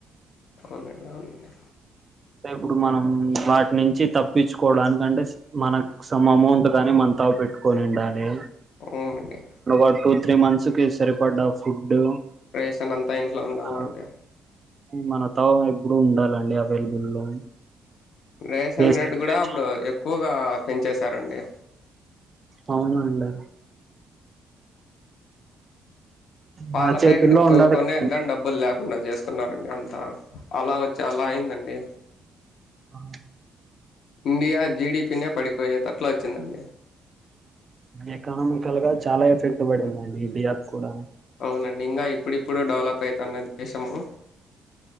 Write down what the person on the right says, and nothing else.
ఇప్పుడు మనం వాటి నుంచి తప్పించుకోవడానికంటే మనకు సోమ్ అమౌంట్ కాని మన త పెట్ కొని ఉండాలి
అ టూ త్రీ మంత్స్ కి సరిపడ్డ ఫుడ్
ఆ
మన తవ ఎప్పుడు ఉండాలండి అవి లబుల్ లో
ఏ
సిచువేషన్
అవునండి
మన చేతుల్లో
ఉండదు
కదండి
అ అ
ఎకానామికల్ గా చాలా ఎఫెక్ట్ పడిందండి ఈ ఇండియా కూడా